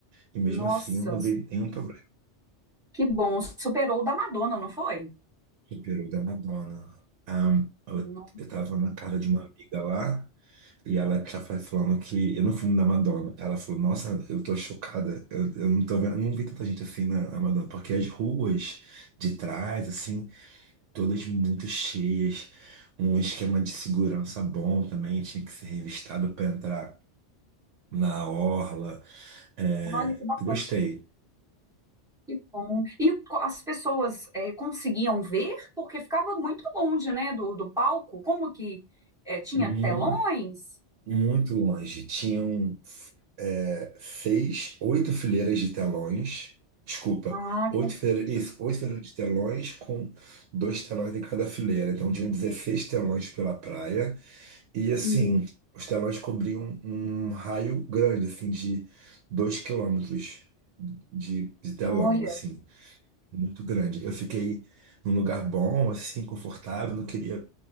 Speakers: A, on the right; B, in the centre.
A: E mesmo
B: Nossa,
A: assim eu não vi nenhum problema.
B: que bom. Superou o da Madonna, não foi?
A: Superou o da Madonna. Ah, eu,
B: No-
A: eu tava na casa de uma amiga lá e ela tava falando que. Eu não fui no da Madonna. Ela falou, nossa, eu tô chocada. Eu, eu não tô vendo, não vi tanta gente assim na, na Madonna, porque as ruas de trás, assim, todas muito cheias. Um esquema de segurança bom também, tinha que ser revistado para entrar na orla. É,
B: Olha que bacana,
A: gostei.
B: que bom. E co- as pessoas eh, conseguiam ver porque ficava muito longe, né, do, do palco. Como que eh, tinha
A: mu-
B: telões?
A: muito longe. Tinham é, seis, oito fileiras de telões. Desculpa,
B: Ah,
A: oito
B: que legal.
A: fileiras, isso, oito fileiras de telões com dois telões em cada fileira. Então tinham 16 telões pela praia. E assim,
B: Uhum.
A: os telões cobriam um raio grande, assim, de dois quilômetros de, de telão,
B: Olha.
A: assim muito grande. Eu fiquei num lugar bom, assim, confortável, não queria